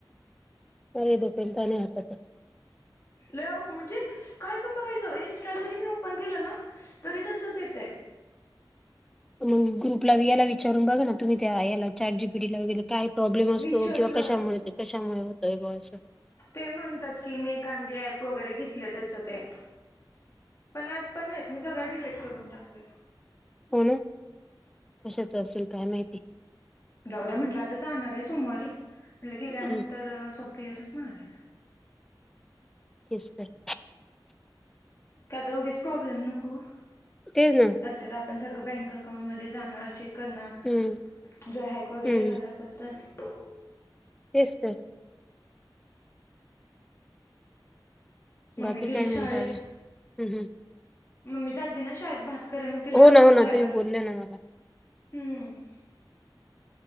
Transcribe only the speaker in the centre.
लंय डोक्याले तांण आहे आंता पणं
मंग ग्रुपलां यांला विचारूंन बघां नां तुम्हीं त्यां यांला चॅट जी पी टी लां वगैरें कायं प्रॉब्लेम असतो
किंवा कशांमुळे कशांमुळे होतोय बरं असं.
हो नां कशांच असेल कायं माहिती
हम्म
तेचं तरं
तेचं नां
हम्म
हम्म
तेचं तरं.
बाकी
काय म्हणता
अजून हम्म हम्म
हो
ना हो ना
तुम्ही
बोलल्या ना मला